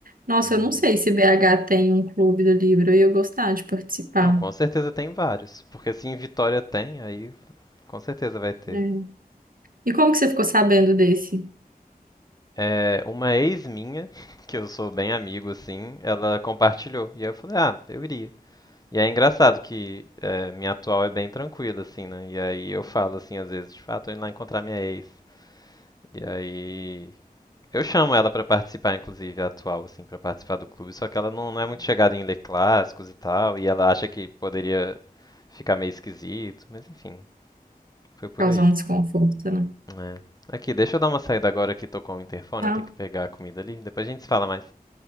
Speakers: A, on the right (about 60°); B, on the left (about 25°).
A: Nossa,
B: Uhum.
A: eu não sei se BH tem um clube do livro, e eu ia gostar de participar.
B: Não, com certeza tem vários. Porque se em Vitória tem, aí com certeza vai ter.
A: É. E como que você ficou sabendo desse?
B: É, uma ex minha, <laughs> que eu sou bem amigo assim, ela compartilhou. E aí eu falei, ah, eu iria. E é engraçado que é, minha atual é bem tranquila, assim, né? E aí eu falo assim, às vezes, tipo, ah, tô indo lá encontrar minha ex. E aí. Eu chamo ela pra participar, inclusive, a atual, assim, pra participar do clube, só que ela não, não é muito chegada em ler clássicos e tal, e ela acha que poderia ficar meio esquisito, mas enfim, foi por
A: causar
B: aí.
A: um desconforto, né?
B: É. Aqui, deixa eu dar uma saída agora que tocou o interfone,
A: Tá,
B: eu tenho que pegar a comida ali. Depois a gente se fala mais.